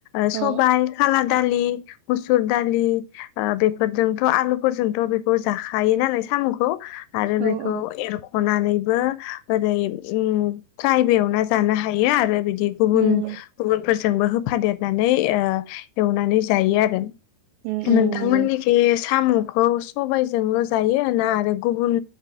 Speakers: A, on the left (about 85°); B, on the right (about 80°).
A: ओ सबाइ
B: औ
A: खाला दालि, मुसुर दालि ओ बेफोरजोंथ' आलु फोरजोंथ' बेखौ जाखायो नालाय साम'खौ आरो बेखौ
B: औ औ
A: एरख'नानै बो ओरै उम फ्रायबो एवना जानो हायो आरो बिद दि गुबुन
B: उम
A: गुबुनफोरजोंबो होफादेर नानै ओ एवनानै जायो आरो
B: उम
A: नोंथां
B: उम नंगौ
A: मोननिखि सामु खौ सबाइजोंल' जायो ना आरो गुबुन